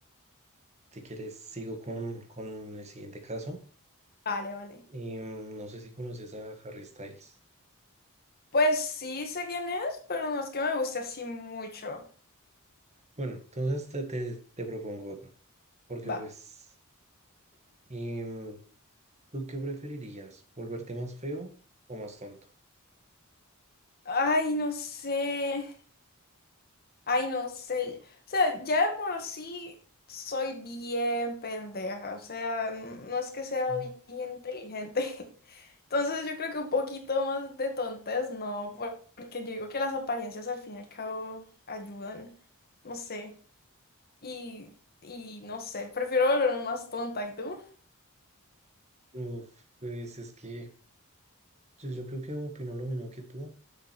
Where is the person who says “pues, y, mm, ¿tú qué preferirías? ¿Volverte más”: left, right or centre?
Right